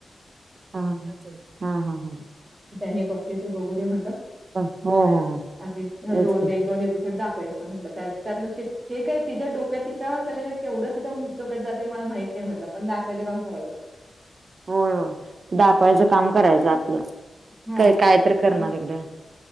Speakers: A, on the right (about 55°); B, on the right (about 30°).
A: हा हा हा हा
B: हे पक्त्र बघू दे म्हटलं
A: हो
B: अ
A: हो हो
B: अग
A: तेच
B: रोज
A: ते
B: एक दोन एपिसोड दाखवायच टलं त्यांना शिक हे काय तिच्या डोक्यात तिच्या कलेने केवढं तिच्या डोक्यात जाते मला माहित नाही म्हटलं वंद दाखोयज काम कररायो
A: होय होय दाखवायचं काम करायचं आपलं
B: हां.
A: काय काय तर करणार
B: अ,
A: तिकडे